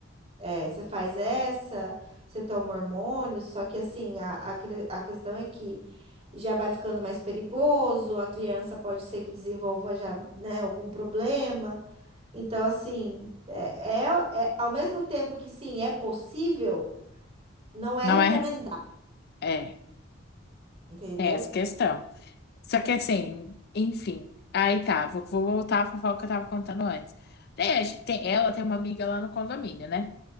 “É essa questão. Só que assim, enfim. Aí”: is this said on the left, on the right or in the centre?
Left